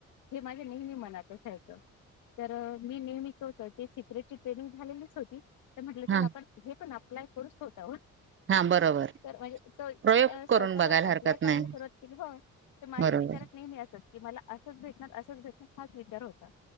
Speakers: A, on the left; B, on the right.
A: हे माझ्या नेहमी मनात असायचं. तर मी नेहमीच <unintelligible> ची ट्रेनिंग झालेलीच होती तर म्हट चला
B: हा
A: आपण हे पण अप्लाय क
B: हा बरोबर
A: <unintelligible> तर म्हणजे
B: प्रयोग
A: स्वतःवर
B: करून बघायला
A: अप्लाय
B: हरकत
A: करायला
B: नाही
A: सुरुवात केली हो. तर माझ्या
B: बरोबर
A: विचारात नेहमी असत. क मला असंच भेटणार असंच भेटणार हाच विचार होता.